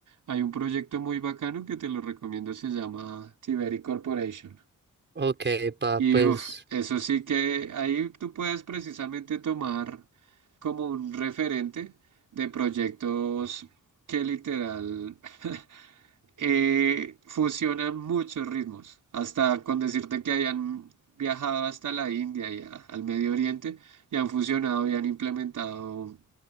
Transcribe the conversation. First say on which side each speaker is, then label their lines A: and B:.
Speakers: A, on the right; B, on the right.
A: Hay un proyecto muy bacano que te lo recomiendo, se llama Tiberi Corporation.
B: ok, pa,
A: Y
B: pues...
A: uf, eso sí que ahí tú puedes precisamente tomar como un referente de proyectos que literal <laughs> eh, fusionan muchos ritmos, hasta con decirte que hayan viajado hasta la India y a- al Medio Oriente y han fusionado y han implementado